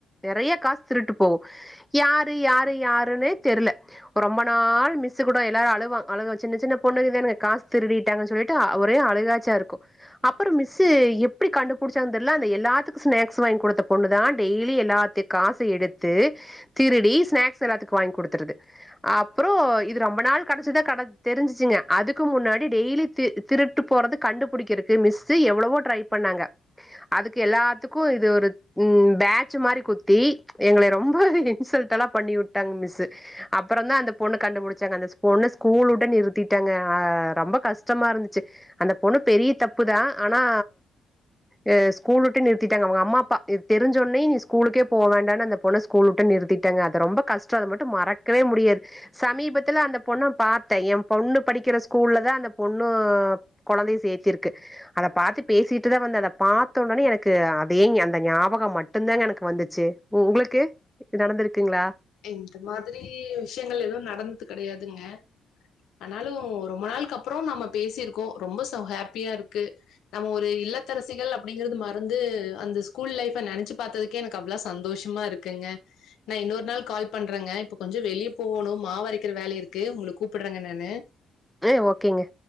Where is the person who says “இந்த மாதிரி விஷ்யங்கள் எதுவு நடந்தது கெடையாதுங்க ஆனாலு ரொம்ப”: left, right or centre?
Left